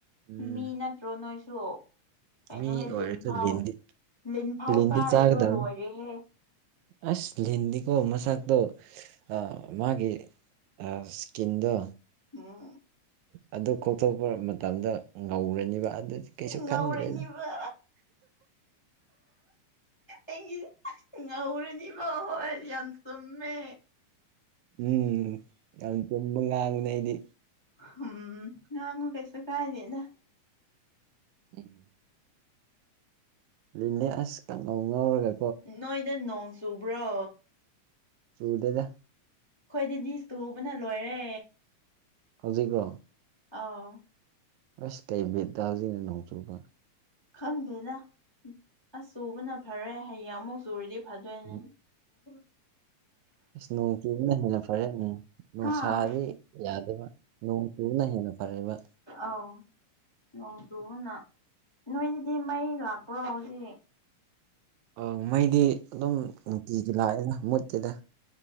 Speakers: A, on the right; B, on the left.
A: ꯎꯝ
B: ꯃꯤꯅ ꯇ꯭ꯔꯣ ꯅꯣꯏꯁꯨ ꯀꯩꯅꯣꯍꯦ
A: ꯃꯤ ꯑꯣꯏꯔꯁꯨ
B: ꯂꯤꯟꯐꯥꯎ
A: ꯂꯤꯟꯗꯤ
B: ꯂꯤꯟꯐꯥꯎ
A: ꯂꯤꯟꯗꯤ
B: ꯆꯥꯔꯤꯗꯣ
A: ꯆꯥꯒꯗꯕꯅꯤ
B: ꯂꯣꯏꯔꯦꯍꯦ
A: ꯑꯁ ꯂꯤꯟꯗꯤꯀꯣ ꯃꯁꯥꯥꯛꯗꯣ ꯑ ꯃꯥꯒꯤ ꯑ ꯏꯁꯀꯤꯟꯗꯣ
B: ꯎꯝ
A: ꯑꯗꯨ ꯀꯣꯛꯊꯣꯛꯄ ꯃꯇꯝꯗ ꯉꯧꯔꯅꯤꯕ ꯑꯗꯨꯗꯤ ꯀꯩꯁꯨ
B: ꯉꯧꯔꯅꯤꯕ
A: ꯈꯟꯗ꯭ꯔꯦꯗ
B: ꯑꯩꯒꯤ ꯉꯧꯔꯅꯤꯕ ꯍꯣꯏ ꯌꯥꯝ ꯆꯨꯝꯃꯦ
A: ꯎꯝ ꯌꯥꯝ ꯆꯨꯝꯕ ꯉꯥꯡꯕꯅꯦ ꯑꯩꯗꯤ
B: ꯍꯨꯝ ꯉꯥꯡꯉꯨ ꯀꯩꯁꯨ ꯀꯥꯏꯗꯦꯗ
A: ꯎꯝ ꯂꯤꯟꯅꯦ ꯑꯁ ꯀꯥꯡꯉꯧ ꯉꯧꯔꯒ
B: ꯅꯣꯏꯗ ꯅꯣꯡ ꯆꯨꯕ꯭ꯔꯣ
A: ꯆꯨꯗꯦꯗ
B: ꯑꯩꯈꯣꯏꯗꯤꯗꯤꯅꯤꯁ ꯇꯨꯕꯅ ꯂꯣꯏꯔꯦ
A: ꯍꯧꯖꯤꯛꯔꯣ
B: ꯑꯥꯎ
A: ꯑꯁ ꯀꯩ ꯕꯤꯠꯇ ꯍꯧꯖꯤꯛꯅ ꯅꯣꯡꯆꯨꯕ
B: ꯈꯪꯗꯦꯅ ꯑꯁ ꯆꯨꯕꯅ ꯐꯔꯦ ꯍꯌꯦꯡ ꯑꯃꯨꯛ ꯆꯨꯔꯤꯗꯤ ꯐꯗꯣꯏꯅꯦ
A: ꯎꯝ
B: ꯑꯗꯨ
A: ꯑꯁ ꯅꯣꯡ ꯆꯨꯕꯅ ꯍꯦꯟꯅ ꯐꯔꯦ ꯎꯝ ꯅꯨꯡꯁꯥꯗꯤ
B: ꯍꯥꯥ
A: ꯌꯥꯗꯦꯕ ꯅꯣꯡ ꯆꯨꯅ ꯍꯦꯟꯅ ꯐꯔꯛꯕ
B: ꯑꯥꯎ ꯅꯣꯡ ꯆꯨꯅ ꯅꯣꯏꯗꯨꯗꯤ ꯃꯩ ꯂꯥꯛꯄ꯭ꯔꯣ ꯍꯧꯖꯤꯛ
A: ꯑ ꯃꯩꯗꯤ ꯑꯗꯨꯝ ꯅꯨꯡꯇꯤꯒꯤ ꯂꯥꯛꯑꯦꯅ ꯃꯨꯠꯇꯦꯗ